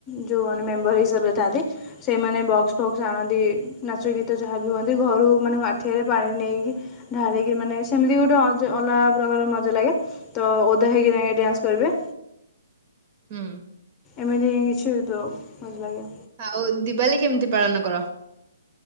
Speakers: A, on the left (about 25°); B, on the right (about 40°).
A: ଯୋଉଁମାନେ ମେମ୍ବର ହିସାବରେ ଥାଆନ୍ତି, ସେମାନେ ବକ୍ସ ଫକ୍ସ ଆଣନ୍ତି ନାଚ ଗୀତ ଯାହା ବି ହୁଅନ୍ତି ଘରୁ ମାନେ ମାଠିଆରେ ପାଣି ନେଇକି ଢାଳିକି ମାନେ ସେମିତି ଗୋଟେ ଅଜ ଅଲଗା ପ୍ରକାର ମଜା ଲାଗେ ତ ଓଦା ହେଇକି ଯାଇଁକି ଡ୍ୟାନ୍ସ କରିବେ।
B: ହୁଁ।
A: ଏମିତି ହିଁ କିଛି ହୋଇଥାଉ ଭଲ ଲାଗେ।
B: ଆଉ ଦିୱାଲୀ କେମିତି ପାଳନ କର?